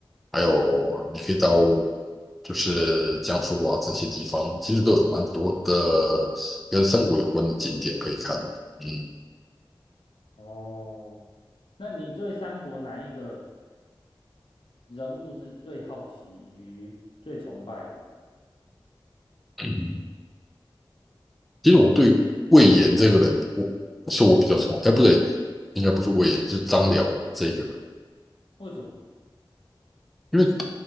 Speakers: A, in the centre; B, on the left.
A: 还有你可以到就是江苏啊这些地方，其实都有蛮多的跟三国有关的景点可以看。嗯，
B: 哦，那你对三国哪一个人物是最好奇以及最崇拜的？
A: 嗯，其实我对魏延这个人，我是我比较崇，哎，不对，应该不是魏延，是张辽这个人，
B: 为什么？
A: 因为